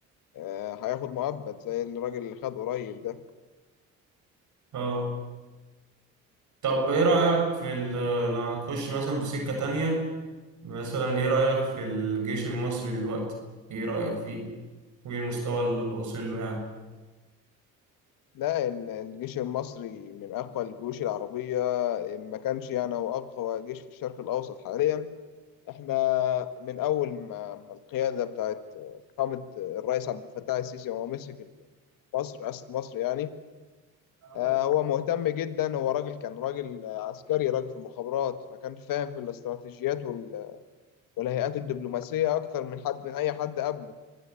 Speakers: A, on the left (about 70°); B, on the right (about 55°).
A: آه، هياخد مؤبد زي الراجل اللي خد قريب ده
B: اه طب ايه رأيك في ال- لو هنخش مثلا في سكة تانية مثلا ايه رأيك في الجيش المصري دلوقتي ايه رأيك فيه وايه المستوى اللي واصل له
A: لا ال- الجيش المصري من أقوى الجيوش العربية إن ما كانش يعني هو أقوى جيش في الشرق الأوسط حاليا احنا من اول ما ما القياده بتاعت قامت الرئيس عبد الفتاح السيسي وهو مسك مصر رئاسه مصر يعني
B: يعني
A: آه، هو مهتم جدا هو راجل كان راجل عسكري راجل في المخابرات فكان فاهم في الاستراتيجيات وال- والهيئات الدبلوماسيه اكتر من حد من اي حد قبله